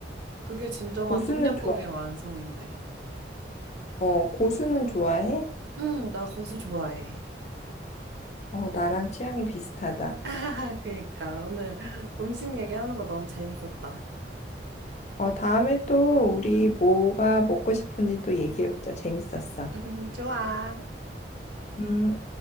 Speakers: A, on the right (about 75°); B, on the left (about 40°).
A: 그게 진정한
B: 고수는
A: 똠양꿍의
B: 좋아,
A: 완성인데.
B: 어, 고수는 좋아해?
A: 응, 나 고수 좋아해.
B: 어, 나랑 취향이 비슷하다.
A: <laughs> 아, 그러니까 오늘 음식 얘기하는 거 너무 재밌었다.
B: 어, 다음에 또 우리
A: 음,
B: 뭐가 먹고 싶은지 또 얘기해보자. 재밌었어.
A: <laughs> 좋아.
B: 음,